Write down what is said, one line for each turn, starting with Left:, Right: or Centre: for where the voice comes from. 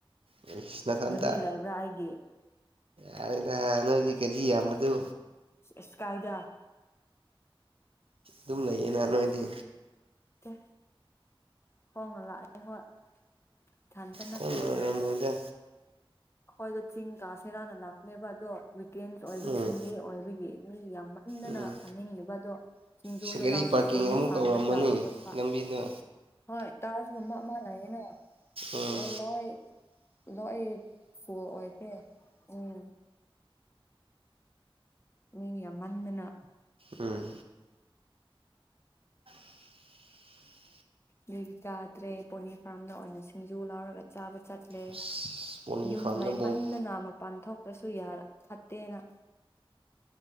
Right: ꯏꯁ ꯅꯊꯟꯇ
Left: ꯒꯥꯔꯤ ꯂꯩꯕ꯭ꯔꯥ ꯑꯩꯒꯤ
Right: ꯌꯥꯔꯦꯗ ꯅꯣꯏꯗꯤ ꯒꯔꯤ ꯌꯥꯝꯕꯗꯨ
Left: ꯏꯁ ꯀꯥꯏꯗ
Right: ꯗꯨꯝ ꯂꯩꯌꯦꯅ ꯅꯣꯏꯗꯤ
Left: ꯇꯦ ꯈꯣꯡꯅ ꯂꯥꯛꯑꯦ ꯍꯣꯏ ꯏꯊꯟꯇ ꯅꯠꯇꯦ
Right: ꯈꯣꯡꯅ ꯑꯣꯏꯔꯝꯃꯣꯏꯗ
Left: ꯑꯩꯈꯣꯏꯗꯣ ꯆꯤꯡ ꯀꯥꯁꯦꯔꯅ ꯂꯥꯛꯄꯅꯦꯕ ꯑꯗꯣ ꯋꯤꯛꯀꯦꯟ ꯑꯣꯏꯕꯒꯤ
Right: ꯎꯝ
Left: ꯁꯟꯗꯦ ꯑꯣꯏꯕꯒꯤ ꯃꯤ ꯌꯥꯝ ꯃꯟꯗꯅ
Right: ꯎꯝ
Left: ꯀꯅꯤꯡꯗꯕ ꯑꯗꯣ ꯁꯤꯡꯖꯨ
Right: ꯁꯤ ꯒꯥꯔꯤ
Left: ꯂꯥꯎꯔꯒ
Right: ꯄꯥꯔꯀꯤꯡ
Left: ꯄꯣꯟꯅꯤ
Right: ꯑꯃꯨꯛ
Left: ꯐ꯭ꯔꯥꯝꯗ
Right: ꯇꯧꯔꯝꯃꯅꯤ
Left: ꯆꯥꯕ ꯆꯠꯄ
Right: ꯂꯝꯕꯤꯗꯣ
Left: ꯍꯣꯏ ꯇꯧꯋꯥꯔꯒꯨꯝꯕ ꯑꯃ ꯂꯩꯌꯦꯅꯦ
Right: ꯎꯝ
Left: ꯑꯗꯨ ꯂꯣꯏ ꯑꯗꯣ ꯑꯩ ꯐꯨꯜ ꯑꯣꯏꯈ꯭ꯔꯦ ꯎꯝ ꯃꯤ ꯌꯥꯝ ꯃꯟꯗꯅ
Right: ꯎꯝ <inaudible>
Left: ꯑꯗꯨꯒꯤ ꯆꯥꯗ꯭ꯔꯦ ꯄꯣꯅꯤ ꯐ꯭ꯔꯥꯝꯗ ꯑꯣꯏꯅ ꯁꯤꯡꯖꯨ ꯂꯥꯎꯔꯒ ꯆꯥꯕ ꯆꯠ ꯂꯩ
Right: ꯑꯁ ꯄꯣꯅꯤ
Left: ꯌꯨꯝ
Right: ꯐꯥꯔꯝꯗ
Left: ꯂꯩꯃꯟꯗꯅ
Right: ꯕꯣꯛ
Left: ꯃꯄꯥꯟ ꯊꯣꯛꯇ꯭ꯔꯁꯨ ꯌꯥ ꯐꯠꯇꯦꯅ